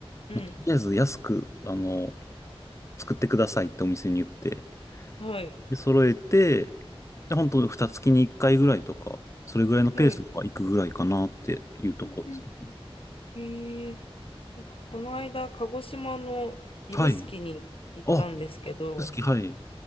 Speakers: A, on the left; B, on the left.
A: うん、
B: うとりあえず安く、あの、作ってくださいってお店に言って、
A: はい、
B: で、揃えて、で、本当二月に一回ぐらいとか、それぐらいのペースでは行くぐらいかなっていうところですね。
A: はい。うん、うん。えー、なんかこの間、鹿児島の指宿に行ったんですけど、
B: はい。あ、指宿、はい。